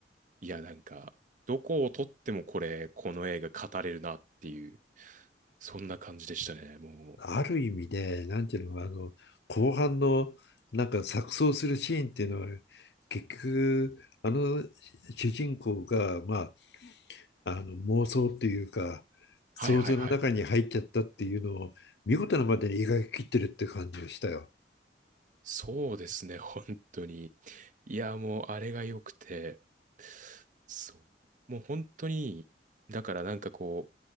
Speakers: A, on the right; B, on the left.
A: いや、なんか、どこを撮ってもこれ、この映画語れるなっていう、そんな感じでしたね、もう。
B: ある意味で、なんていうの、あの後半のなんか錯綜するシーンっていうのは結局あの主人公がまああの妄想っていうか想像の中に入っちゃったっていうのを見事なまでに描き切ってるって感じがしたよ。
A: はいはいはい。そうですね、本当に。いや、もうあれが良くて、そう。もう本当に、だからなんかこ